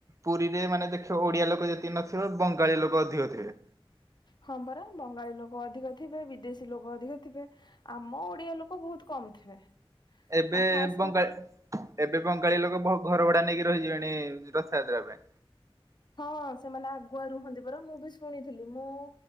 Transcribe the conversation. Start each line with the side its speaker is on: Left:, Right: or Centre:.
Right: ପୁରୀରେ ମାନେ ଦେଖ ଓଡିଆ ଲୋକ ଯେତିକି ନଥିବେ, ବଙ୍ଗାଳୀ ଲୋକ ଅଧିକ ଥିବେ
Left: ହଁ ପରା ବଙ୍ଗାଳୀ ଲୋକ ଅଧିକ ଥିବେ, ବିଦେଶୀ ଲୋକ ଅଧିକ ଥିବେ। ଆମ ଓଡିଆ ଲୋକ ବହୁତ କମ ଥିବେ।
Right: ଏବେ
Left: ଆଉ ଖାସ
Right: ବଙ୍ଗାଳି
Left: କରିକି
Right: ଏବେ ବଙ୍ଗାଳୀ ଲୋକ ଘର ଭଡା ନେଇକି ରହିଯିବେଣି ରଥଯାତ୍ରା ପାଇଁ।
Left: ହଁ ସେମାନେ ଆଗୁଆ ରୁହନ୍ତି ପରା ମୁଁ ବି ଶୁଣିଥିଲି। ମୁଁ